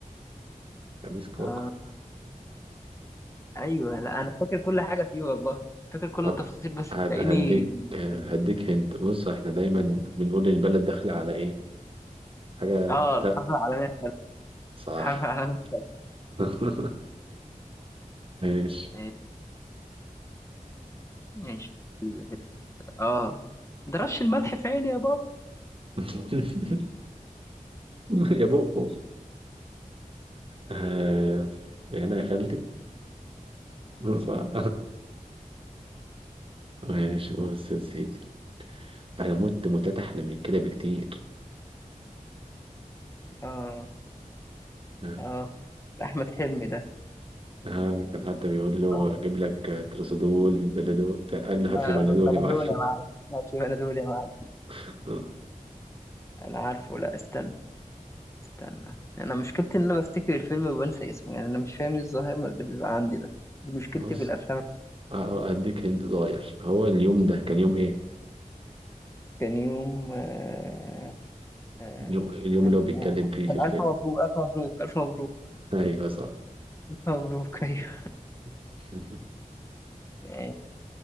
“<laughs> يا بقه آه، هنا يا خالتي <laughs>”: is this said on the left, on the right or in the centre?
Right